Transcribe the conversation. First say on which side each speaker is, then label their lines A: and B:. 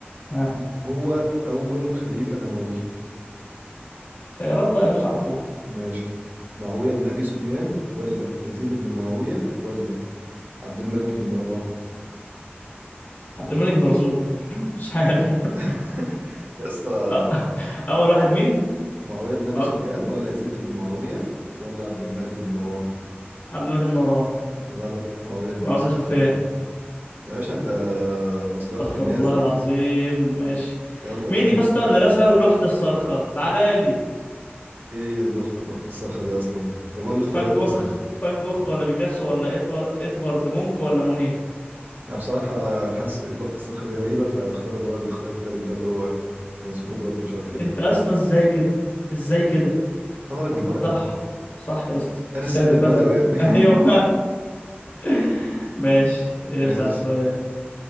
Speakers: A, on the left; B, on the right.
A: ها
B: مين هو اول خليفة اموي؟
A: خيارات بقى يا باشا على طول
B: ماشي معاوية بن ابي سفيان ولا يزيد بن معاوية ولا عبد الملك بن مروان؟
A: عبد الملك زرزور <laughs> مش عارف <laughs>
B: <laughs> يا اسطى
A: أه، اول واحد مين
B: معاوية بن ابي
A: مع-
B: سفيان ولا يزيد بن معاوية ولا عبد الملك بن مروان؟
A: عبد الملك النوران
B: غلط معاوية بن
A: مع
B: ابي
A: ابن
B: سفيان
A: سفيان
B: يا باشا انت مستواك
A: استغفر
B: في النازل
A: الله العظيم ماشي
B: يلا 2
A: مين يا
B: صفر
A: اسطى اللي
B: ليا
A: رسم لوحة الصرخة تعالى لي
B: ايه اللوحة اللوحة الصرخة دي اصلا طب قول الاختيارات
A: فان جوخ
B: يا اسطى
A: فان جوخ ولا بيكاسو ولا ادوار ادوارد مونك ولا مونيه
B: انا بصراحة حاسس اللوحة الصرخة دي غريبة فاختار اللي هو الاختيار التالت ده اللي هو كان اسمه ادوارد مش عارف ايه ده
A: انت يا اسطى ازاي كده ازاي كده
B: انا راجل بركة
A: صح صح يا اسطى
B: انا
A: السيد
B: السيد
A: البدوي
B: البدوي يا ابني
A: ايوه <laughs> ماشي
B: <laughs> ماشي
A: ارزع السؤال